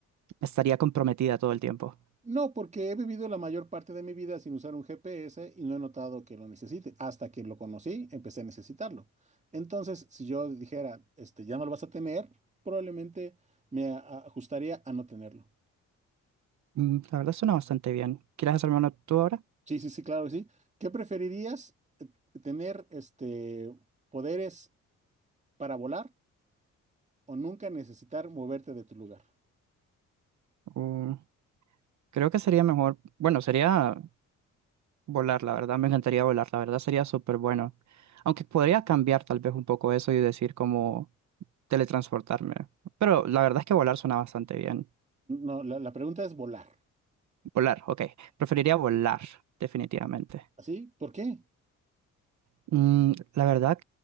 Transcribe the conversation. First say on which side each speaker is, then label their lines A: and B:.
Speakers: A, on the right; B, on the right.
A: estaría comprometida todo el tiempo.
B: no, porque he vivido la mayor parte de mi vida sin usar un GPS y no he notado que lo necesite. Hasta que lo conocí, empecé a necesitarlo. Entonces, si yo dijera, este, ya no lo vas a tener, probablemente me a- a- ajustaría a no tenerlo.
A: Mm, La verdad suena bastante bien. ¿Quieres hacerme una tú ahora?
B: Sí, sí, sí, claro que sí. ¿Qué preferirías? eh, ¿Tener este, poderes para volar o nunca necesitar moverte de tu lugar?
A: O- Creo que sería mejor, bueno, sería volar, la verdad, me encantaría volar, la verdad sería súper bueno. Aunque podría cambiar tal vez un poco eso y decir como Teletransportarme. Pero la verdad es que volar suena bastante bien.
B: No, la la pregunta es volar.
A: Volar, ok. Preferiría volar, definitivamente.
B: ¿Así? ¿Por qué?
A: Mm, la verdad,